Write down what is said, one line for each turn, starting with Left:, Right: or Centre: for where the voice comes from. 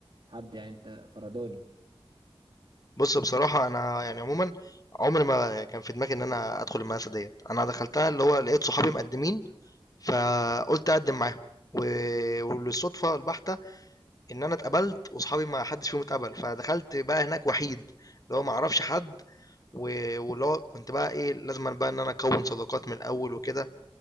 Right: حد يعني انت فرداني
Left: بُص بصراحة أنا يعني عمومًا عمري ما كان في دماغي إن أنا أدخل المدرسة ديّة، أنا دخلتها اللي هو لقيت صحابي مقدمين، فقُلت أقدم معاهم و وللصدفة البحتة إن أنا اتقبلت وصحابي ما حدش فيهم اتقبل، فدخلت بقى هناك وحيد، اللي هو ما اعرفش حد و واللي هو كنت بقى إيه، لازمًا بقى إن أنا أكوّن صداقات من الأول وكده،